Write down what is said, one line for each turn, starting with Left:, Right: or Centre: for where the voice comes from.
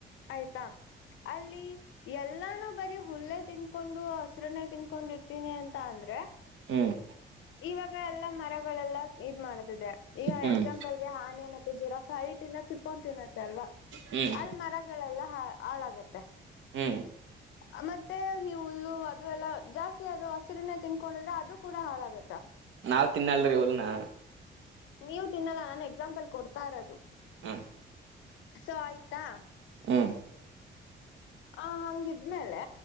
Left: ಆಯ್ತಾ ಅಲ್ಲಿ ಎಲ್ಲಾನು ಬರಿ ಹುಲ್ಲೆ ತಿನ್ಕೊಂಡು ಹಸ್ರನೆೇ ತಿನ್ಕೊಂಡಿರ್ತೀನಿ ಅಂತ ಅಂದ್ರೆ.
Right: ಹ್ಮ್
Left: ಇವಾಗ ಎಲ್ಲಾ ಮರಗಳೆಲ್ಲ ಇದ್ ಮಾಡತಿದೆ ಈಗ
Right: ಹ್ಮ್
Left: ಎಕ್ಸಾಂಪಲ್ಗೆ ಆನೆೆ ಮತ್ತೆ ಗಿರಾಫ್ಫ್ ಹೇಯ್ ಟಿನ ತಿತ್ಕೊಂಡ ತಿನ್ನತ್ತೆ ಅಲ್ವಾ
Right: ಹ್ಮ್
Left: ಅಲ್ಲಿ ಮರಗಳೆಲ್ಲ ಹ ಹಾಳಾಗತ್ತೆ.
Right: ಹ್ಮ್
Left: <inaudible> ಮತ್ತೆ ಈ ಹುಲ್ಲು ಅದು ಎಲ್ಲಾ ಜಾಸ್ತಿ ಅದು ಹಸಿರನೇ ತಿನ್ಕೊಂಡಿದ್ರೆ ಅದು ಕೂಡ ಹಾಳಾಗುತ್ತೆ.
Right: ನಾವ್ ತಿನ್ನಲ್ರಿ ಇವುನ್ನ.
Left: ನೀವು ತಿನ್ನಲ್ಲ ನನ್ ಎಕ್ಸಾಂಪಲ್ ಕೊಡ್ತಾ ಇರೋದು.
Right: ಹ್ಮ್
Left: ಸೊ ಆಯ್ತಾ
Right: ಹ್ಮ್
Left: ಆ ಹಂಗಿದ್ಮೇಲೆ.